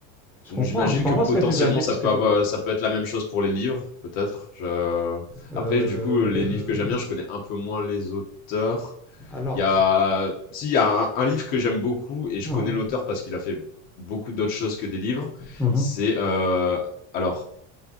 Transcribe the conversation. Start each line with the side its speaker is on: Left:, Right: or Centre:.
Centre: Je
Left: donc
Centre: comprends
Left: j'imagine
Centre: je comprends
Left: que potentiellement
Centre: ce que tu veux di
Left: ça
Centre: ce
Left: peut
Centre: que tu
Left: avoir,
Centre: veux dire.
Left: ça peut être la même chose pour les livres, peut-être. Je...
Centre: Heu,
Left: Après, du coup, les livres que j'aime bien, je connais un peu moins les auteurs.
Centre: alors,
Left: Il y a, si, il y a un, un livre que j'aime beaucoup et je
Centre: mmh
Left: connais
Centre: mh.
Left: l'auteur parce qu'il a fait beaucoup d'autres choses que des livres.
Centre: Mmh
Left: C'est, euh, alors,